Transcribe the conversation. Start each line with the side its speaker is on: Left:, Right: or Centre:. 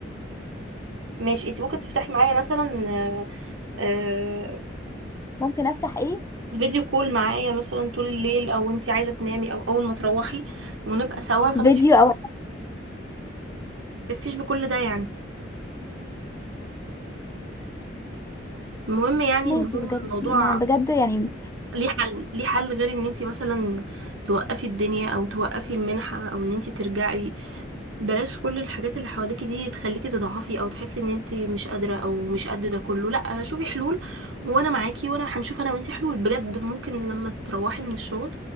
Right: ماشي انت ممكن تفتحي معايا مثلا آه، آه،
Left: ممكن افتح ايه
Right: فيديو كول معايا مثلا طول الليل او انت عايزة تنامي او اول ما تروحي ونبقى سوا فما
Left: فيديو
Right: تحس-
Left: او
Right: تحسيش بكل ده يعني المهم يعني
Left: ماشي
Right: ان هو
Left: بجد
Right: الموضوع
Left: ما بجد يعني
Right: ليه حل ليه حل غير ان انت مثلا توقفي الدنيا او توقفي المنحة او ان انت ترجعي بلاش كل الحاجات اللي حواليكي دي تخليكي تضعفي او تحسي ان انت مش قادرة او مش قد ده كله لا شوفي حلول وانا معاكي وانا هنشوف انا وانتي حلول بجد ممكن لما تروحي من الشغل